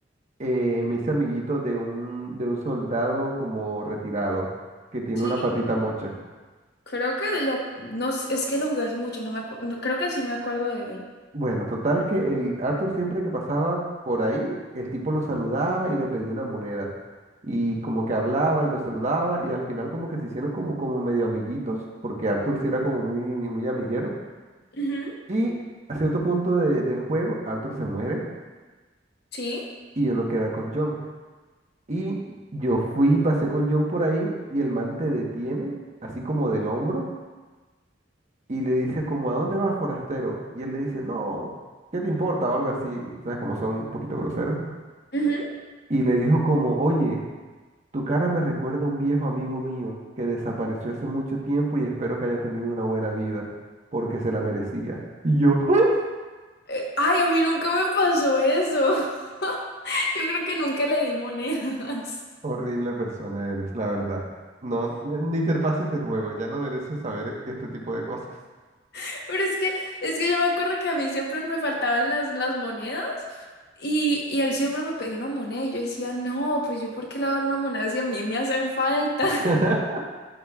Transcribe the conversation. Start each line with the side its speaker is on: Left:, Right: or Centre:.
Right: eh, me hice amiguito de un, de un soldado como retirado, que tiene
Left: Sí,
Right: una patita mocha.
Left: creo que lo... No, sé, es que lo jugué hace mucho, no me acuerdo... creo que sí me acuerdo de él.
Right: Bueno, total que el Arthur siempre que pasaba por ahí, el tipo lo saludaba y le pedía una moneda. Y como que hablaba y lo saludaba y al final como que se hicieron como, como medio amiguitos, porque Arthur sí era como muy, muy amiguero.
Left: Ujú,
Right: Y a cierto punto de- del juego, Arthur se muere
Left: Sí.
Right: y uno queda con John. Y yo fui, pasé con John por ahí y el man te detiene, así como del hombro, y le dice como, ¿a dónde vas, forastero? Y él le dice, no, ¿qué te importa? o algo así, ¿sabes? Como son un poquito groseros.
Left: ujú.
Right: y le dijo como, oye, tu cara me recuerda a un viejo amigo mío que desapareció hace mucho tiempo y espero que haya tenido una buena vida, porque se la merecía. Y yo, <laughs> ¡oh!
Left: Eh, ay, a mí nunca me pasó eso. <laughs> Yo creo que nunca le di monedas.
Right: horrible persona eres, la verdad. No, ni te pases el juego, ya no mereces saber este tipo de cosas.
Left: <laughs> Pero es que, es que yo me acuerdo que a mí siempre me faltaban las, las monedas y, y él siempre me pedía una moneda y yo decía, no, pues yo por qué le voy a dar una moneda si a mí me hacen falta.
Right: <laughs>